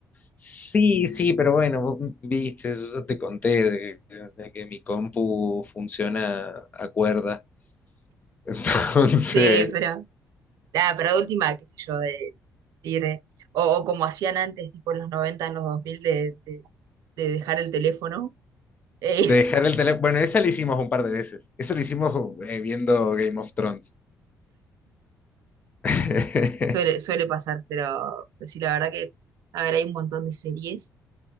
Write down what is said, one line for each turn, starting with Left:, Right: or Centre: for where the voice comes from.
Left: Sí, sí, pero bueno, vos viste, yo ya te conté de que, de que mi compu funciona a cuerda. <laughs> Entonces,
Right: Sí, pero Ah, pero de última, qué sé yo, de ir, eh, o, o como hacían antes, tipo en los 90 en los 2000, de, de, de dejar el teléfono, eh,
Left: de dejar el teléfono. Bueno, esa lo hicimos un par de veces. Eso lo hicimos eh, viendo Game of Thrones. <laughs>
Right: <laughs> suele, suele pasar, pero, pero sí, la verdad que, a ver, hay un montón de series